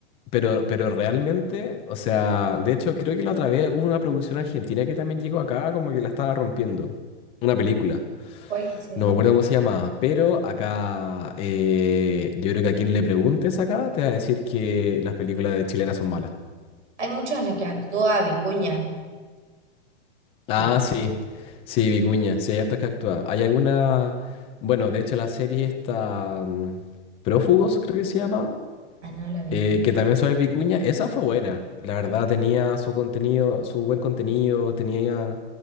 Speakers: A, on the left; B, on the right.
A: pero, pero realmente, o sea, de hecho creo que la otra vez hubo una producción argentina que también llegó acá como que la estaba rompiendo, una película,
B: ¿Cuál será?
A: no me acuerdo cómo se llamaba, pero acá eh, yo creo que a quien le preguntes acá te va a decir que las películas de chilenas son malas.
B: Hay muchas en las que actúa Vicuña,
A: Ah,
B: ¿viste?
A: sí, sí, Vicuña, sí, hay harta que actúa. Hay alguna, bueno, de hecho la serie está mm, Prófugos, creo que se llama,
B: Ah, no la vi.
A: eh, que también sale Vicuña, esa fue buena, la verdad tenía su contenido, su buen contenido, tenía